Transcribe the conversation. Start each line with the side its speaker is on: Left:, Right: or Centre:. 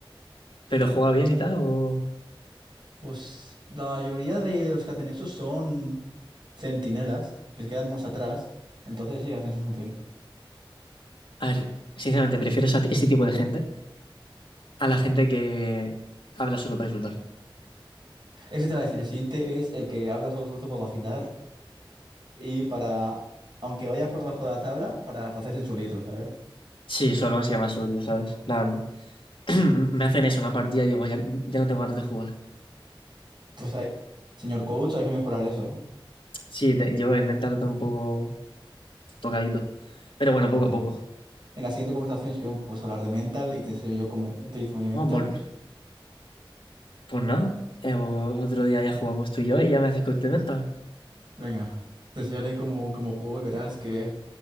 Left: ¿Pero juega bien y tal? O...
Right: Pues la mayoría de los que hacen eso son centinelas, que se quedan más atrás. Entonces sí, hacen su función.
Left: A ver, sinceramente, prefiero esa- ese tipo de gente a la gente que habla solo para insultar.
Right: Ese te va a decir, el siguiente es el que habla todo el rato para vacilar y para, aunque vaya por bajo de la tabla, para hacerse el chulito, ¿sabes?
Left: Sí, solo así más odio, ¿sabes? <clears throat> me hacen eso, una partida y digo, ya, ya no tengo ganas de jugar.
Right: Pues, hay- señor coach, hay que mejorar eso, ¿eh?
Left: Sí, te- yo el mental lo tengo un poco tocadito. Pero bueno,
Right: No
Left: poco
Right: pasa
Left: a poco.
Right: nada. En la siguiente conversación, si queremos, podemos hablar de mental y te enseño yo cómo utilizo mi mental.
Left: No, pues, pues no. Eh, o- otro día ya jugamos tú y yo y ya me haces coste mental.
Right: Venga, te enseñaré cómo, cómo juego y verás que